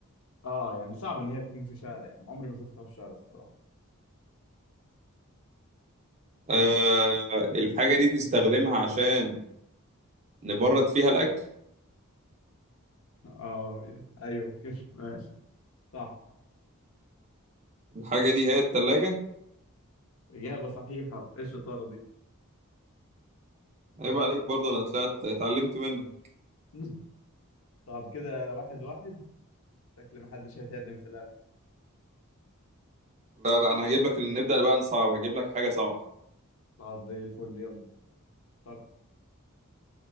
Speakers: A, on the left; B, on the right.
A: اه يعني صعب ان هي تكون في شارع يعني عمري ما شفتها في شارع الصراحه
B: آه الحاجة دي بنستخدمها عشان نبرد فيها الأكل
A: اه ايوه كده <laughs> ماشي صح
B: الحاجة دي هي التلاجة
A: اجابه صحيحه ايه الشطاره دي
B: عيب عليك برضه أنا طلعت اتعلمت منك
A: <laughs> طب كده واحد واحد شكل ما حدش هيتعدم في الاخر
B: لا لا أنا هجيب لك نبدأ بقى نصعب هجيب لك حاجة صعبة
A: طب زي الفل يلا فكر